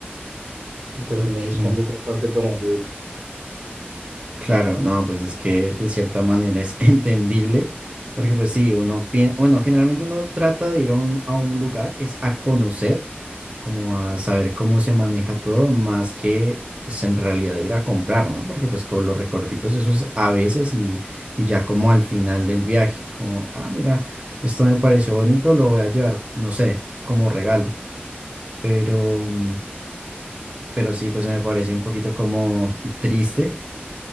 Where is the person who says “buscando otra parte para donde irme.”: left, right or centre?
Right